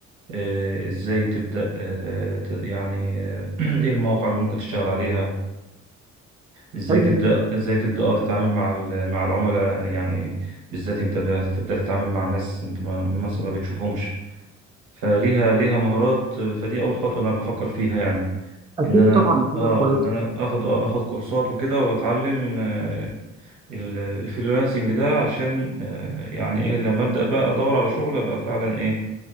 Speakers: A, on the right (about 80°); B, on the right (about 15°).
A: آه، ازاي تبدا آه، آه، ت- يعني آه، <clears throat> ايه المواقع اللي ممكن تشتغل عليها ازاي
B: حلو
A: تبدا
B: جدا
A: ازاي تبدا اه تتعامل مع ال- مع العملاء يعني بالذات انت هتبدا تتعامل مع ناس انت ما مثلا ما بتشوفهمش فليها ليها مهارات فدي اول خطوه انا بفكر فيها يعني
B: أكيد
A: ان انا
B: طبعا دي حاجة
A: اه
B: كويسة
A: ان انا اخد اه اخد كورسات وكده واتعلم آه، ال- الفريلانسنج ده علشان آه، يعني ايه لما ابدا بقى ادور على شغل ابقى فعلا ايه